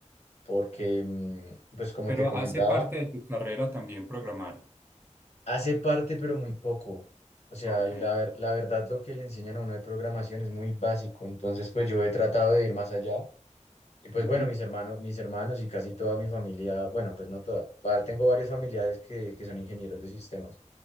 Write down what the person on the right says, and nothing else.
Pero
hace parte de tu carrera también programar.
Ok,
ujú,